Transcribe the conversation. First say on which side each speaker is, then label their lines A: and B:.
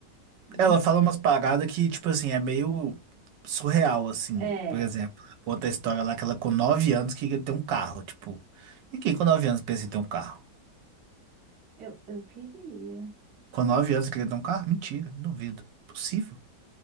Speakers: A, on the right; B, on the right.
A: Nem.
B: ela fala umas paradas que, tipo assim, é meio surreal, assim.
A: É,
B: Por exemplo, conta a história lá que ela com 9 anos queria ter um carro. Tipo, ninguém com 9 anos pensa em ter um carro.
A: eu, eu queria.
B: Com nove anos queria ter um carro? Mentira, duvido. Possível.